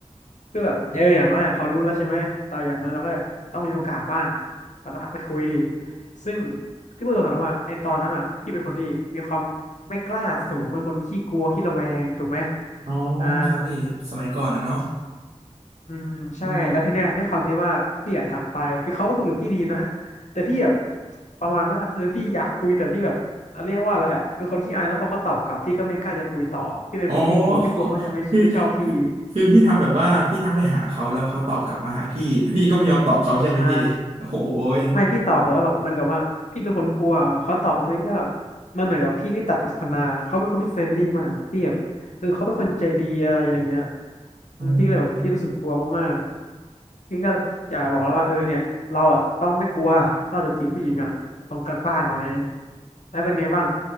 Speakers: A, on the left; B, on the right.
A: เพื่อแบบเอออย่างน้อยอ่ะเขารู้แล้วใช่ไหมเราอย่างน้อยเราก็แบบต้องมีโอกาสบ้างเราก็ทักไปคุยซึ่งพี่พูดตรงๆนะว่าในตอนนั้นอ่ะพี่เป็นคนที่มีความไม่กล้าสูงเป็นคนขี้กลัวขี้ระแวงถูกไหม
B: อ๋อ
A: อ่า
B: ครับพี่สมัยก่อนนะเนาะ
A: อืมใช่แล้วทีเนี้ยด้วยความที่ว่าพี่อยากทักไปคือเขาก็คุยกับพี่ดีนะ
B: อืม
A: แต่พี่แบบประมาณว่าเออพี่อยากคุยแต่พี่แบบเรียกว่าอะไรอะเป็นคนที่อายแล้วพอเขาตอบกลับพี่ก็ไม่กล้าจะคุยต่อพี่เป็นคนที่กลัวพี่กลัวเขาจะไม่ไม่ชอบพี่
B: อ๋อ <laughs> คือคือคือพี่ทำแบบว่าพี่ทักไปหาเขาแล้วเขาตอบกลับมาหาพี่แล้วพี่ก็ไม่ยอมตอบเขาใช่ไหมพี่โอ้ย
A: ใช่ ไม่พี่ตอบเลยว่าแบบเหมันกับว่าพี่เป็นคนกลัวเขาตอบมาพี่ก็แบบมันเหมือนกับพี่ที่ตัดบทสนทนาเขาเป็นคนที่เฟรนลี่มากพี่แบบเออเขาเป็นคนใจดีอะไรอย่างเงี้ยอืมพี่ก็เลยแบบพี่รู้สึกกลัวมากๆพี่ก็อยากบอกแล้วว่าเออเนี่ยเราอ่ะต้องไม่กลัวถ้าเราจะจีบผู้หญิงอ่ะต้องกล้าๆหน่อย
B: อ๋อ
A: แล้วเป็นไงบ้าง